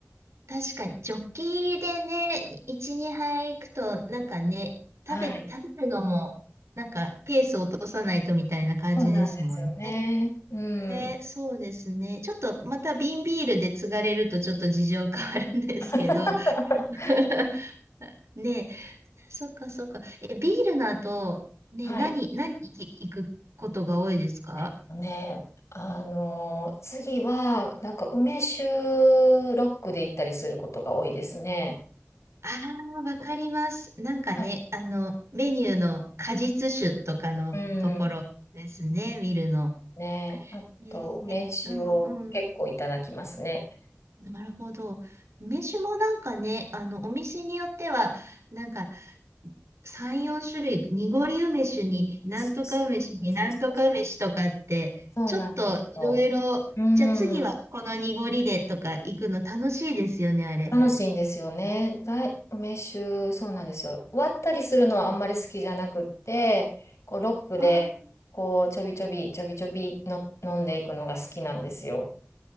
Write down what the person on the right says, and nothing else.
確かに、ジョッキでね、1、2杯行くと、なんかね、
食べ、食べるのも、なんか、ペースを落とさないとみたいな感じですもんね。
ね、そうですね。ちょっと、また瓶ビールで継がれると、ちょっと事情変わるんですけど。
<laughs> ね、そっかそっか。え、ビールの後、ね、
何、何行くことが多いですか
ああ、わかります。なんかね、
あの、メニューの果実酒とかのところですね、
見るの。
ねえ、
うんうん。なるほど。梅酒もなんかね、あの、お店によっては、なんか、3、4種類、濁り梅酒に、なんとか梅酒に、
なんとか梅酒とかって、
ちょっといろいろ、
じゃあ次はこの濁りでとか行くの楽しいですよね、あれ。
あ